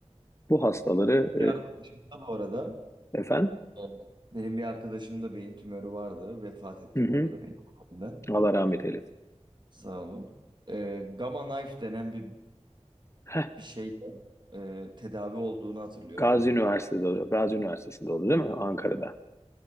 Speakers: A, on the left; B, on the right.
A: Bu hastaları
B: Bir arkadaşım da bu arada
A: e, efendim
B: e, benim bir arkadaşım da beyin tümörü vardı. Vefat etti
A: hı hı,
B: bu arada beyin tümöründen.
A: Allah rahmet eylesin.
B: Sağ olun. E, Gamma Knife denen bir
A: Heh,
B: bir şeyle e, tedavi olduğunu hatırlıyorum
A: Gazi
B: onun.
A: Üniversitesi'de, Gazi Üniversitesi'nde oldu değil mi? Ankara'da.